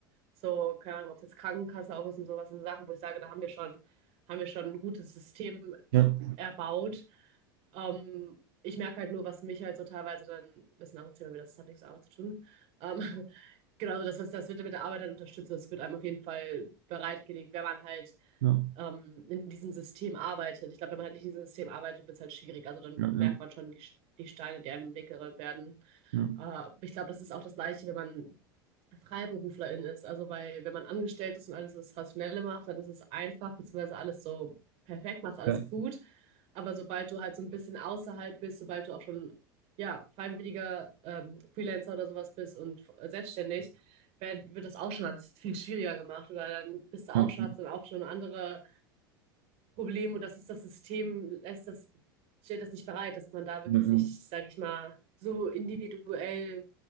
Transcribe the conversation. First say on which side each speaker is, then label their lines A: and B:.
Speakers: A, on the right; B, on the right.
A: so, keine Ahnung, ob es jetzt Krankenkasse auch ist und sowas, sind Sachen, wo ich sage, da haben wir schon, haben wir schon ein gutes System
B: Ja,
A: erbaut. Ähm, ich merke halt nur, was mich halt so teilweise dann, das ist ein anderes Thema, wieder, das hat nichts mit Arbeit zu tun. Ähm, <laughs> genau, so das, was- das wird mit der Arbeit dann unterstützt. Das wird einem auf jeden Fall bereitgelegt, wenn man halt
B: ja,
A: ähm, in diesem System arbeitet. Ich glaube, wenn man halt nicht in diesem System arbeitet, wird es halt schwierig. Also dann
B: ja,
A: merkt
B: ja,
A: man schon die, die Steine, die einem im Weg gerollt werden.
B: ja.
A: Äh, ich glaube, das ist auch das Gleiche, wenn man Freiberuflerin ist. Also weil wenn man angestellt ist und alles das Rationelle macht, dann ist es einfach, beziehungsweise alles so perfekt, machst alles
B: Ja,
A: gut. Aber sobald du halt so ein bisschen außerhalb bist, sobald du auch schon ja, freiwilliger ähm, Freelancer oder sowas bist und äh, selbstständig, werd, wird das auch schon alles viel schwieriger gemacht. Oder dann bist du
B: ja,
A: auch
B: ja,
A: schon, hast dann auch schon andere Problem und das ist das System, lässt das, stellt das nicht bereit, dass man da wirklich
B: ja, ja,
A: sich, sage ich mal, so individuell